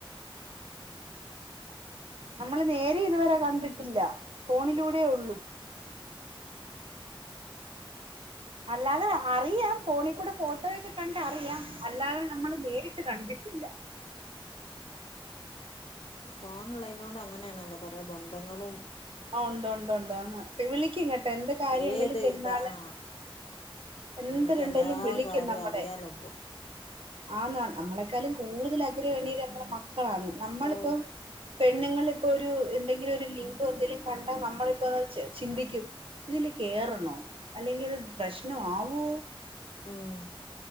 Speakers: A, on the left; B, on the right.
A: ഉം ഉം ഉം
B: നമ്മള് നേരെ ഇതുവരെ കണ്ടിട്ടില്ല ഫോണിലൂടെയ ഒള്ളൂ
A: ഓഹ് ഓഹ്
B: അല്ലാതെ അറിയാം ഫോണിക്കൂടെ ഫോട്ടോയൊക്കെ കണ്ടറിയാം അല്ലാതെ
A: ഉം
B: നമ്മള് നേരി ട്ട് കണ്ടിട്ടില്ല
A: ഫോൺ ഉള്ളെയ്നോണ്ട് അങ്ങനെയാണല്ലോ കൊറെ ബന്ധങ്ങളും
B: ആ ഒണ്ട് ഒണ്ട്
A: ഒക്കെ
B: ഒണ്ട് ആ
A: കിട്ടും
B: വിളിക്കും കേട്ടോ എന്ത് കാര്യണ്ടെലും
A: ഏത്
B: പെരുന്നാള്
A: ഇത് ആ
B: എന്ത്‌ര്ണ്ടെങ്കിലും
A: നമുക്ക് എല്ലാ
B: വിളിക്കും
A: കാര്യവും
B: നമ്മളെ
A: അറിയാലോ ഇപ്പൊ
B: ആന്നാന്ന് നമ്മളെക്കാളും കൂടുതല <inaudible> ആ ന്ന് നമ്മളിപ്പം
A: ഓ
B: പെണ്ണുങ്ങിപ്പോ ഒരു എന്തെങ്കിലും ഒരു ലിങ്കോ അതില് കണ്ട നമ്മളിപ്പോ ചി ചിന്തിക്കും ഇതില് കേറണോ അല്ലെങ്കിൽത് പ്രശ്നാവോ
A: ഉം